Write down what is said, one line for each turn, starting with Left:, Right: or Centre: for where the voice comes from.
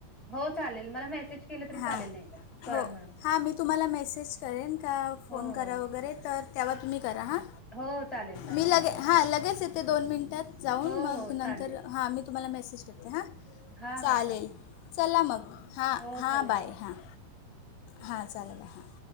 Centre: हो चालेल मला मेसेज केलं तरी
Left: हां
Centre: चालेल नाहीतर. करा
Left: हो
Centre: म्हणून.
Left: हां मी तुम्हाला मेसेज करेन का फोन
Centre: हो,
Left: करा
Centre: हो.
Left: वगैरे तर तेव्हा तुम्ही करा हां
Centre: हो, चालेल, चालेल.
Left: मी लगे हां लगेच येत ते दोन मिनटात जाऊन
Centre: हो,
Left: मग
Centre: हो, चालेल.
Left: नंतर हां मी तुम्हाला मेसेज करते हां
Centre: हां,
Left: चालेल
Centre: हां,
Left: चला मग हा
Centre: हो,
Left: हां
Centre: चला
Left: बाय हां हां चालेल हा